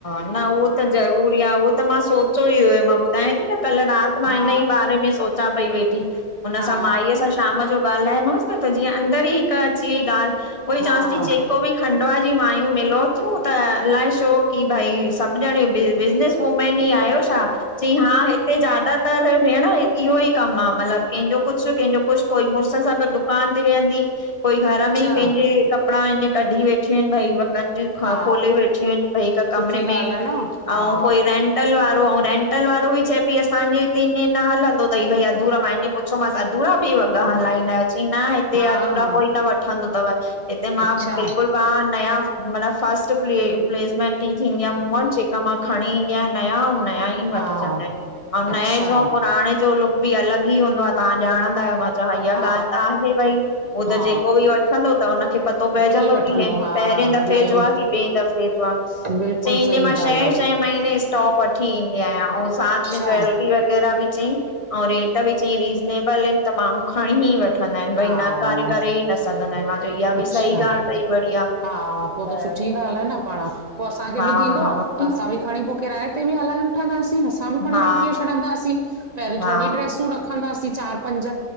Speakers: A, on the left; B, on the right.
A: न हू त जरूरी आ ऊ त मां सोचियो ई हुयो, मां ॿुधायें थी न कल्ह रात मां
B: हा
A: हिन ई बारे में सोचां पई वेठी। हुन
B: हा
A: सां माईअ सां शाम जो ॻाल्हायोमांसि न, त जीअं अंदर ई हिक अची वई ॻाल्हि उहोई
B: हा
A: चवांस थी जेको बि खंडवा जी मां ई मिलो थियूं त अलाए छो कि भई सभु ॼड़ियूं बिज बिजनेस वूमैन ई आह्यो छा? अच्छा, चयईं हा हिते ज्यादा तर भेण हिकु इहो ई कमु आ, मतिलबु कहिंजो कुछु, कंहिंजो कुछ, कोई मुड़स सां गॾु दुकान ते वियदीं कोई घर
B: अच्छा
A: में ई पंहिंजे कपिड़ा आहिन, कढी वेठयूं आहिनि भई खां
B: हा
A: खोले वेठियूं आहिनि भई हिक कमरे
B: सुठी
A: में,
B: ॻाल्हि आहे न हा
A: औं कोई रेंट होटल वारो, औ रेंटल वारो बि चए पई असांजे हिते ईए न हलंदो तई भई अधूरा माइ पुछो मांस अधूरा बि हुअन? हलाईंदा आहयो, चईं न हिते
B: हा
A: अधूरा
B: हा
A: कोई न वठंदो तव हिते मां
B: अच्छा
A: बिल्कुलु वाह नयव मतलब फस्ट प्ले प्लेसमेंट ई थींदी आ मूं वट, जेका मां खणी ईंदी आहियां नयां अऊं नयां ई ई
B: हा
A: वठजंदा आन, अऊं
B: अच्छा
A: नए जो अऊं पुराणे जो लुक भी अलग ई हूंदो आ तहां ॼाणंदा आहियो त इहा ॻाल्हि
B: हा
A: त आहे भई उहो
B: हा
A: त जेको भी वठंदो, त हुनखे पतो
B: सुठो
A: पइजंदो
B: ई वठंदो
A: की हे
B: हा
A: पहिरें द दफे
B: नयो
A: जो आ कि ‍ॿे दफ़े जो आ?
B: बिल्कुलु
A: चईं
B: सही
A: ईअ मां
B: ॻाल्हि
A: शहें
B: आहे
A: शहें महीने स्टॉक वठी ईंदी आयां औं साथ
B: अच्छा
A: में ज्वैल वग़ैरा बि चईं औं रेट बि चयईं रीज़नेबल इन त माण्हू खणी ही वठंदा आहिनि,
B: हा
A: भई नकारे करे ही न स सघंदा आहिनि, मां चयो इहा
B: अच्छा
A: बि सही ॻाल्हि तई बढ़िया।
B: हा, पो
A: हा
B: त सुठी ॻाल्हि आ न पाण, पो असांखे बि
A: हा
B: ॾीदों, त असां बि खणी बु किराए ते बि हलाए वठंदासीं, असां बि खणी
A: हा
B: रखी छॾदासीं, पहिरीं
A: हा
B: थोरी ड्रेसूं रख खंदासीं चार, पंज